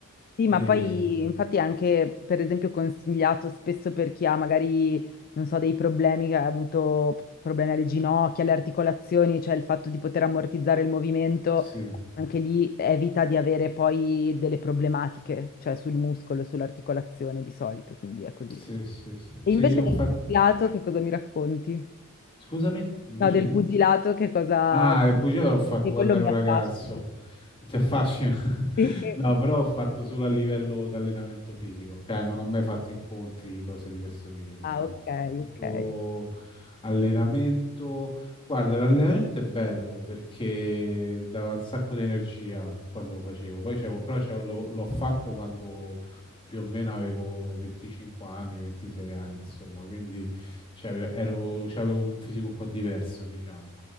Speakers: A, on the left (about 45°); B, on the left (about 25°).
A: Sì,
B: E,
A: ma poi infatti è anche per esempio consigliato spesso per chi ha magari, non so, dei problemi, che ha avuto problemi alle ginocchia, alle articolazioni, cioè il fatto di poter ammortizzare il movimento,
B: sì,
A: anche lì evita di avere poi delle problematiche, cioè sul muscolo, sull'articolazione di solito, quindi è così.
B: sì, sì, sì.
A: E
B: Sì,
A: invece
B: io
A: Sì. del
B: infatti...
A: pugilato che cosa mi racconti?
B: Scusami, invece
A: No, del
B: di...
A: pugilato che cosa...
B: Ah, il pugilato l'ho fatto
A: che
B: quando
A: quello
B: ero
A: mi affascina.
B: ragazzo. Ti affascina? <laughs>
A: Sì. <laughs>
B: No, però ho fatto solo a livello di allenamento fisico, cioè non ho mai fatto incontri, cose di questo tipo, diciamo,
A: Ah, ok,
B: ho fatto
A: ok.
B: solo allenamento. Guarda, l'allenamento è bello perché dava un sacco di energia quando lo facevo, poi c'avevo- però c'avevo- l'ho l'ho fatto quando più o meno avevo 25 anni, 26 anni, insomma, quindi c'ave- ero- c'avevo un fisico un po' diverso, diciamo.